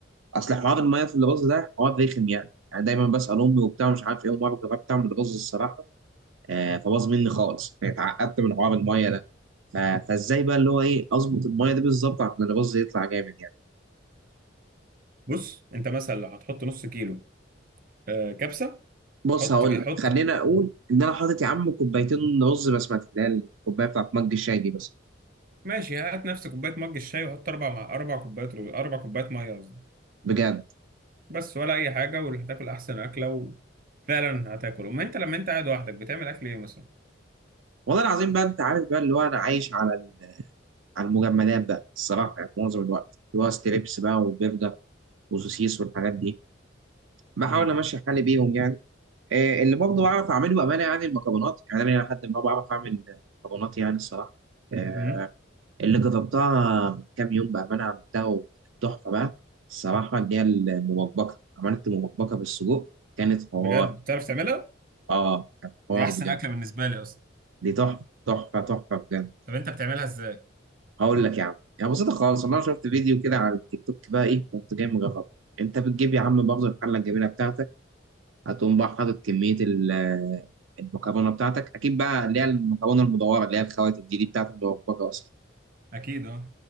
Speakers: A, on the right (about 85°); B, on the right (about 45°).
A: اصل حوار الميه في الرز ده حوار رخم يعني يعني دايما بسال امي وبتاع مش عارف ايه ومره جربت اعمل رز الصراحه آه، فباظ مني خالص يعني اتعقدت من حوار الميه ده ف- فازاي بقى اللي هو ايه اظبط الميه دي بالظبط عشان الرز يطلع جامد يعني
B: بص انت مثلا لو هتحط نص كيلو آه، كبسه
A: بص
B: حط
A: هقول
B: حط
A: لك خلينا اقول ان انا حاطط يا عم كوبايتين رز بسمتي اللي هي الكوبايه بتاعت مج الشاي دي بس
B: ماشي هات نفس كوبايه مج الشاي وحط اربع مع اربع كوبايات رز اربع كوبايات ميه قصدي
A: بجد
B: بس ولا اي حاجه وهتاكل احسن اكله وفعلا هتاكل اما انت لما انت قاعد لوحدك بتعمل اكل ايه مثلا
A: والله العظيم بقى انت عارف بقى اللي هو انا عايش على ال- على المجمدات بقى الصراحه يعني معظم الوقت اللي هو ستريبس بقى وبرجر وسوسيس والحاجات دي بحاول
B: امم
A: امشي حالي بيهم يعني آه، اللي برضه بعرف اعمله بامانه يعني المكرونات يعني انا لحد ما بعرف اعمل مكرونات يعني الصراحه آه،
B: امم
A: اللي جربتها من كام يوم بأمانة عملتها وكانت تحفة بقى الصراحة اللي هي المبكبكة عملت مبكبكة بالسجق كانت حوار
B: بجد بتعرف تعملها
A: اه كانت حوار
B: دي احسن
A: بجد
B: اكله بالنسبه لي اصلا
A: دي تحفة تحفة تحفة بجد
B: طب انت بتعملها ازاي
A: هقول لك يا عم يعني بسيطة خالص أنا شفت فيديو كده على التيك توك بقى إيه كنت جاي مجرب أنت بتجيب يا عم برضه الحلة الجميلة بتاعتك هتقوم بقى حاطط كمية ال- المكرونة بتاعتك أكيد بقى اللي هي المكرونة المدورة اللي هي الخواتم دي دي بتاعت المبكبكة أصلا
B: اكيد اه